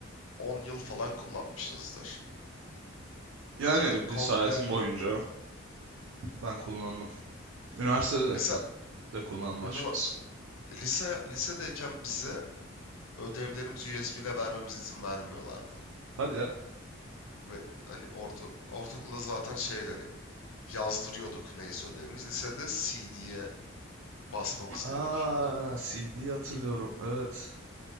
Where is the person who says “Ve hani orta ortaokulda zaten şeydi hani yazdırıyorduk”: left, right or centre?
Left